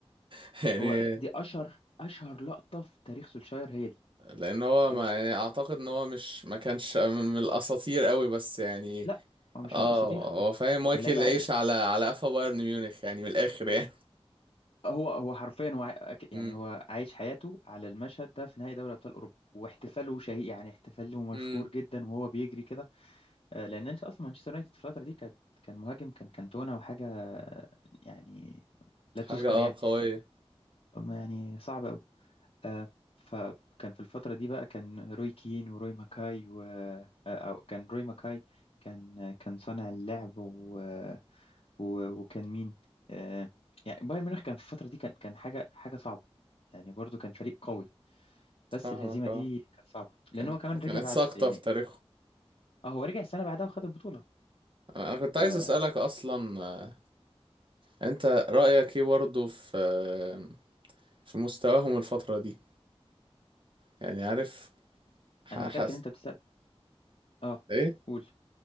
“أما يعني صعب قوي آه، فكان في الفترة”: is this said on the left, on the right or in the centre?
Left